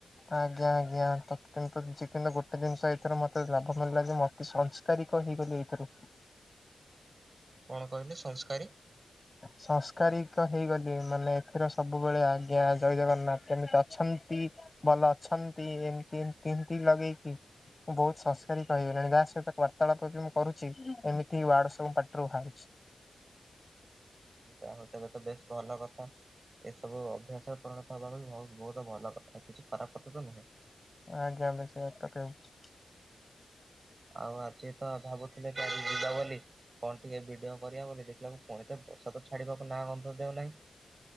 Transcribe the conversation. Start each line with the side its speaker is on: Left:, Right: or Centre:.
Left: ଆଜ୍ଞା ଆଜ୍ଞା ତତ କିନ୍ତୁ <unintelligible> ଗୋଟେରେ ଜିନଷ ଏଇଥିରେ ମତେ ଲାଭ ମିଳିଲା ଯେ ମ ସଂସ୍କାରିକ ହେଇଗଲି ଏଇଥିରୁ।
Right: କଣ କହିଲି ସଂସ୍କାରୀ?
Left: ସଂସ୍କାରିକ ହେଇଗଲି ମାନେ ଏଥିର ସବୁବେଳେ ଆଜ୍ଞା ଜୟ ଜଗନ୍ନାଥ କେମିତି ଅଛନ୍ତି। ଭଲ ଅଛନ୍ତି ଏମିତି ଏମିତି ଲଗେଇକି। ମୁଁ ବହୁତ ସଂସ୍କାରୀକ ହେଇଗଲିଣି ଯାହା ସହିତ ବାର୍ତ୍ତାଳାପ ବି ମୁଁ କରୁଛି ଏମିତି ୱାର୍ଡ ସବୁ ପାଟରୁ ବାହାରୁଚି।
Right: ଯା ହଉ ତେବେ ତ ବେଶ ଭଲ କଥା। ଏସବୁ ଅଭ୍ୟାସ ପରିଣତ ହବା ପାଇଁ ବହୁତ ବହୁତ ଭଲ କଥା କିଛି ଖରାପ କଥା ତ ନୁହେଁ।
Left: ଆଜ୍ଞା ଆମେ ସେୟା ତ ହେଉଚି।
Right: ଆଉ ଆଜି ତ ଭାବୁଥିଲେ ଆଜି ଯିବା ବୋଲି କଣ ଟିକେ ଭିଡିଓ କରିବା ବୋଲି ଦେଖିଲାକୁ ପୁଣି ତ ବର୍ଷା ତ ଛାଡିବାକୁ ନାଁ ଗନ୍ଧ ଦେଉ ନାହିଁ।